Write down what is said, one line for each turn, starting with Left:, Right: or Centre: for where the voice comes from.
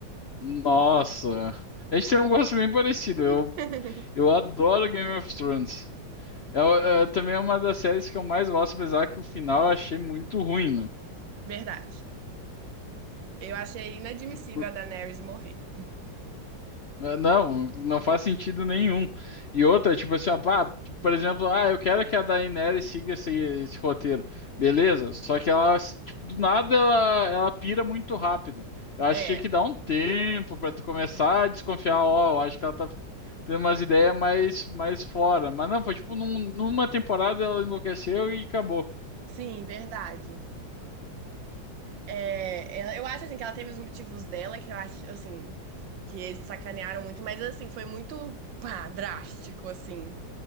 Left: Nossa, a gente tem um gosto bem parecido. Eu,
Right: <laughs>
Left: eu adoro Game of Thrones. É, o- é, também é uma das séries que eu mais gosto, apesar que o final eu achei muito ruim, né?
Right: Verdade. Eu achei inadmissível
Left: Tu- por-
Right: a Daenerys morrer.
Left: eh, Não, não faz sentido nenhum. E outra, tipo assim, ó, pá, por exemplo, ah, eu quero que a Daenerys siga esse, esse roteiro. Beleza, só que ela, tipo, do nada ela, ela pira muito rápido. Eu acho
Right: É,
Left: que tinha que dar um tempo pra tu começar a desconfiar, ó, eu acho que ela tá tendo umas ideias mais, mais fora. Mas não, foi tipo, num- numa temporada ela enlouqueceu e acabou.
Right: sim, verdade. É, ela- eu acho, assim, que ela teve os motivos dela, que eu acho, assim, que eles sacanearam muito, mas, assim, foi muito, pá, drástico, assim.